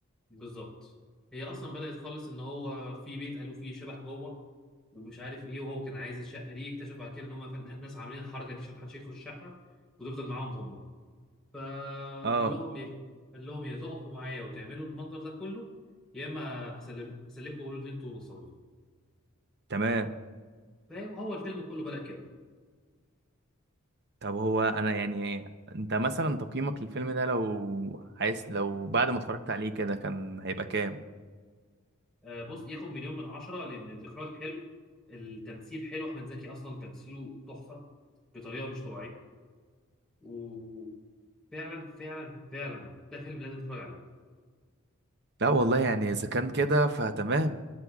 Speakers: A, in the centre; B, on the right.
A: بالظبط هي اصلا بدأت خالص ان هو في بيت قالوا فيه شبح جوه ومش عارف ايه وهو كان عايز الشقه دي اكتشف بعد كده ان هم ناس عاملين الحركه دي عشان محدش يدخل الشقه وتفضل معاهم هم فقال
B: اه
A: لهم يا قال لهم يا تقفوا معايا وتعملوا المنظر ده كله يا اما هسلم هسلمكم واقول ان انتوا نصابين
B: تمام
A: فهو الفيلم كله بدأ كده
B: طب هو انا يعني انت مثلا تقييمك للفيلم ده لو عايز لو بعد ما اتفرجت عليه كده كان هيبقى كام
A: آه، بص ياخد مليون من عشرة لان الاخراج حلو التمثيل حلو احمد زكي اصلا تمثيله تحفه بطريقه مش طبيعيه فعلا فعلا فعلا ده فيلم لازم تتفرج عليه
B: لا والله يعني اذا كان كده فتمام